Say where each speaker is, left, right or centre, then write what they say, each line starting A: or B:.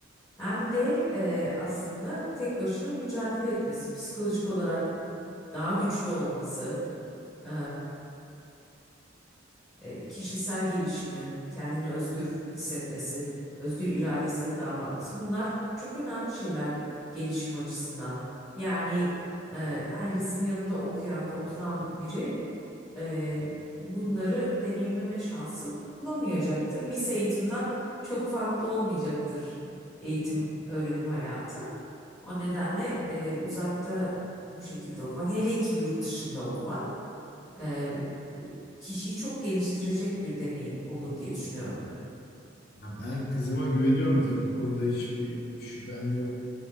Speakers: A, on the left; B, on the left.
A: hem de e, aslında tek başına mücadele etmesi, psikolojik olarak daha güçlü olması, e, e, kişisel gelişimi, kendini özgür hissetmesi, özgür iradesiyle davranması bunlar çok önemli şeyler gelişim açısından. Yani e, ailesinin yanında okuyan, oturan biri e, bunları deneyimleme şansı bulamayacaktır. Lise eğitimden çok farklı olmayacaktır eğitim, öğrenim hayatı. O nedenle e, uzakta bu şekilde okumak, hele ki yurt dışında okumak. e, kişiyi çok geliştirecek bir deneyim olur diye düşünüyorum.
B: Ya ben kızıma güveniyorum tabii bu konuda hiçbir şüphem yok.